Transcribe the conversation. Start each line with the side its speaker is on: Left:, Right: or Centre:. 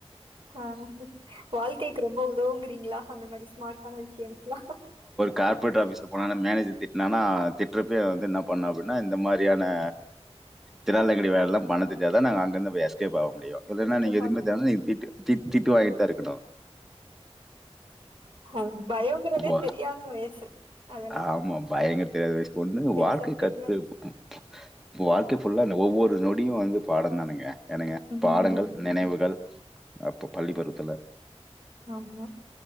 Right: ஆ வாழ்க்கைக்கு ரொம்போ உதவுங்குறீங்களா அந்த மாரி ஸ்மாட்டான விஷ்யம்ஸ்லா
Centre: கார்பட் ஆஃபீஸ்க்கு போனா அந்த மேனேஜர் திட்னானா திட்ரப்பயே வந்து என்ன பண்ண அப்டினா இந்த மாரியான் நா தில்லாலங்கடி வேல எல்லா பண்ண தெருஞ்சாதா நாங்க அங்குருந்து எஸ்கேப் ஆவ முடியு இல்லன்னா
Right: எஸ்கேப்
Centre: நீங்க எதுமே
Right: ஆகும்.
Centre: தேவ இல்லன் நீ திட்டு தி திட்டு வாங்கிட்தா இருக்கணு
Right: அது பயங்கறதே
Centre: வா
Right: தெரியாத வயசு அதெல்லாம்
Centre: ஆமா பயங்கர தெரியாத வைஸ் ஒண்ணு
Right: பெருசா
Centre: வாழ்க்கை
Right: தெரியாது.
Centre: கத்துப் ம் வாழ்க்கை ஃபுல்லா அந்த ஒவ்வொரு நொடியு வந்து பாடந்தானுங்க ஏனுங்க
Right: ம்.
Centre: பாடங்கள் நினைவுகள் அப்போ பள்ளி பருவத்துல
Right: ஆமா